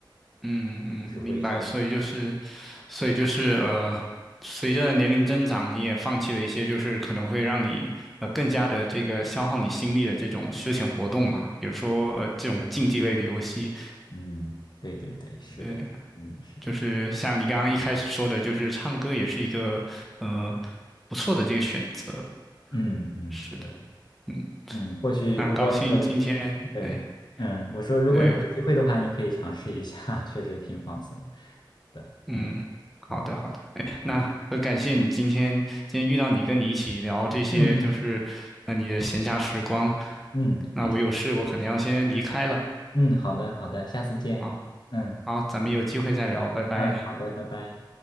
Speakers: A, in the centre; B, on the left (about 60°).
A: 嗯嗯，
B: 就是会稍微好。
A: 明白。所以就是，所以就是呃，随着年龄增长，你也放弃了一些就是可能会让你呃更加的这个消耗你心力的这种休闲活动嘛，比如说呃这种竞技类的游戏。
B: 嗯，对对对，是的，
A: 对，
B: 嗯，是的，
A: 就是像你刚刚一开始说的，就是唱歌也是一个呃不错的这个选择。
B: 嗯嗯。
A: 是的，
B: 对。
A: 嗯，
B: 嗯，或许如果你有，
A: 那很高兴今天。
B: 对，
A: 哎。
B: 嗯，我说如果你有机会的话，
A: 对，
B: 你可以尝试一下，<laughs> 确实挺放松的。
A: 嗯，
B: 嗯
A: 好的，
B: 嗯
A: 好的，哎，那很感谢你今天今天遇到你，
B: 嗯
A: 跟你一起聊这些，
B: 嗯嗯，
A: 就是那你的闲暇时光。
B: 嗯感谢。
A: 那我有事，我可能要先离开了
B: 嗯，好的好的，下次见。
A: 啊。
B: 嗯
A: 好，咱们有机会再聊，拜拜。
B: 嗯，好的，拜拜。